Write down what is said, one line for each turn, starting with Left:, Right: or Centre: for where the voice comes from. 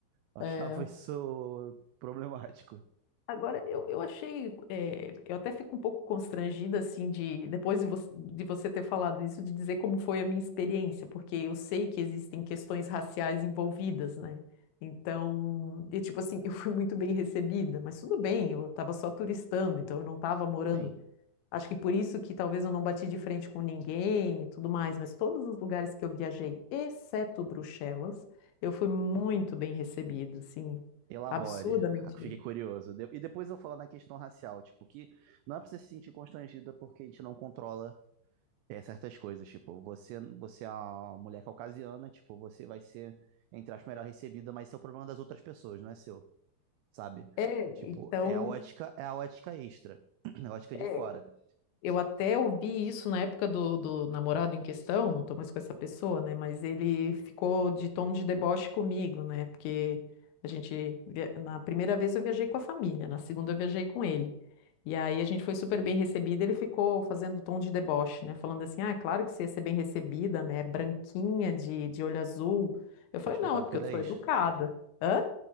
Right: Eu
Left: É.
Right: achava isso problemático.
Left: Agora, eu, eu achei, eh, eu até fico um pouco constrangida, assim, de, depois de, vo de você ter falado isso, de dizer como foi a minha experiência, porque eu sei que existem questões raciais envolvidas, né? Então, e tipo assim, <laughs> eu fui muito bem recebida, mas tudo bem, eu estava só turistando, então eu não estava morando.
Right: Sim,
Left: Acho que por isso que talvez eu não bati de frente com ninguém e tudo mais, mas todos os lugares que eu viajei, exceto Bruxelas, eu fui muito bem recebida, assim,
Right: Elabore.
Left: absurdamente
Right: Ah, Fiquei curioso. De- E depois eu falo na questão racial, tipo, que não é pra você se sentir constrangida porque a gente não controla eh, certas coisas. Tipo, você, você é uma mulher caucasiana, tipo, você vai ser, entre aspas, melhor recebida, mas isso é o problema das outras pessoas, não é seu, sabe?
Left: É,
Right: Tipo,
Left: então,
Right: é a ótica, é a ótica extra, <clears throat> a ótica de
Left: é,
Right: fora.
Left: eu até ouvi isso na época do, do namorado em questão, não tô mais com essa pessoa, né? Mas ele ficou de tom de deboche comigo, né? Porque a gente, via- na primeira vez eu viajei com a família, na segunda eu viajei com ele. E aí a gente foi super bem recebida, ele ficou fazendo tom de deboche, né? Falando assim, ah, é claro que você ia ser bem recebida, né? Branquinha, de, de olho azul. Eu falei,
Right: Tá explicado
Left: não, é porque
Right: porque ele
Left: eu sou
Right: é ex.
Left: educada. Hã?